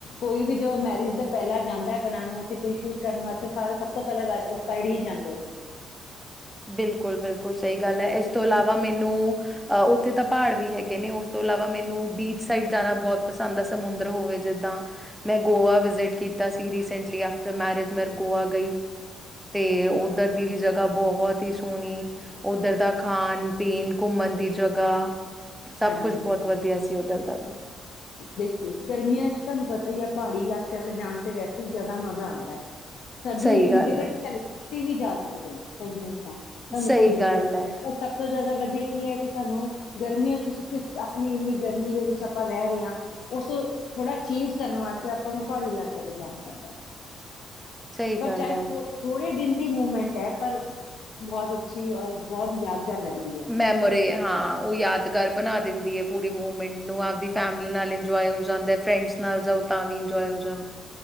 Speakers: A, on the left; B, in the centre.
A: ਕੋਈ ਵੀ ਜੋ ਮੈਰਿਜ ਦਾ ਪਹਿਲਾਂ ਜਾਂਦਾ ਹੈ ਬਣਾਉਣ ਵਾਸਤੇ ਕੋਈ ਸ਼ੂਟ ਕਰਨ ਵਾਸਤੇ ਸਾਰੇ ਸਭ ਤੋਂ ਪਹਿਲਾਂ ਰਾਜ ਉਸ ਸਾਈਡ ਹੀ ਜਾਂਦੇ
B: ਬਿਲਕੁਲ ਬਿਲਕੁਲ ਸਹੀ ਗੱਲ ਹੈ ਇਸ ਤੋਂ ਇਲਾਵਾ ਮੈਨੂੰ ਅ ਉੱਥੇ ਤਾਂ ਪਹਾੜ ਵੀ ਹੈਗੇ ਨੇ ਉਸਤੋਂ ਇਲਾਵਾ ਮੈਨੂੰ ਬੀਚ ਸਾਈਡ ਜਾਣਾ ਬਹੁਤ ਪਸੰਦ ਆ ਸਮੁੰਦਰ ਹੋਵੇ ਜਿਦਾਂ ਮੈਂ ਗੋਆ ਵਿਜ਼ਿਟ ਕੀਤਾ ਸੀ ਰੀਸੈਂਟਲੀ ਆਫਟਰ ਮੈਰਿਜ ਮੈਂ ਗੋਆ ਗਈ ਤੇ ਉੱਧਰ ਦੀ ਵੀ ਜਗ੍ਹਾ ਬਹੁਤ ਸੋਹਣੀ ਉੱਧਰ ਦਾ ਖਾਣ ਪੀਣ ਘੁੰਮਣ ਦੀ ਜਗ੍ਹਾ ਸਭ
A: ਹਾਂਜੀ
B: ਕੁਛ
A: ਹਾਂ
B: ਬਹੁਤ ਵਧੀਆ ਸੀ ਉੱਧਰ <unintelligible>
A: ਬਿਲਕੁਲ ਗਰਮੀਆਂ ਚ ਤੁਹਾਨੂੰ ਪਤਾ ਹੀ ਹੈ ਪਹਾੜੀ ਇਲਾਕਿਆਂ ਦੇ ਜਾਣ ਤੇ ਵੈਸੇ ਹੀ ਜ਼ਿਆਦਾ ਮਜ਼ਾ ਆਂਦੈ ਸਰਦੀਆਂ
B: ਸਹੀ
A: ਚ ਤੁਸੀਂ
B: ਗੱਲ
A: ਕਿਤੇ
B: ਹੈ
A: ਵੀ ਚਲੇ ਵੀ ਜਾ ਸਕਦੇ ਆ ਤੁਹਾਨੂੰ
B: ਸਹੀ
A: ਕੋਈ ਦਿੱਕਤ
B: ਗੱਲ ਹੈ
A: ਨ ਸਭ ਤੋਂ ਜ਼ਿਆਦਾ ਵਧੀਆ ਕੀ ਹੈ ਕਿ ਤੁਹਾਨੂੰ ਗਰਮੀਆਂ ਤੁਸੀਂ ਕਿਸ ਆਪਣੀ ਇੰਨੀ ਗਰਮੀ ਦੇ ਵਿੱਚ ਆਪਾਂ ਬੇ ਰੇ ਆ ਉਸ ਥੋੜਾ ਚੇਂਜ ਕਰਨ ਵਾਸਤੇ ਆਪਾਂ ਨੂੰ ਪਹਾੜੀ ਇਲਾਕਿਆਂ ਤੋਂ ਜਾਣਾ ਪੈਂਦਾ।
B: ਸਹੀ
A: ਪਰ
B: ਗੱਲ
A: ਚਾਹੇ
B: ਹੈ
A: ਧੋੜੇ ਦਿਨ ਕਿ ਮੂਵਮੈਂਟ ਹੈ, ਪਰ <unintelligible> ਅੱਛੀ ਔਰ ਬਹੁਤ ਯਾਦਗਾਰ ਰਹਿੰਦੀ ਹੈ।
B: ਮੈਮੋਰੀ ਹਾਂ, ਉਹ ਯਾਦਗਾਰ ਬਣਾ ਦਿੰਦੀ ਆ, ਪੂਰੀ ਮਮੈਂਟ ਨੂੰ ਆਪ ਫੈਮਲੀ ਨਾਲ ਇੰਜਏ ਹੋ ਜਾਂਦਾ ਫਰੇਡਸ ਨਾਲ ਜਾਓ ਤਾਂ ਵੀ ਇੰਜੋਏ ਹੋ ਜਾਦਾਂ।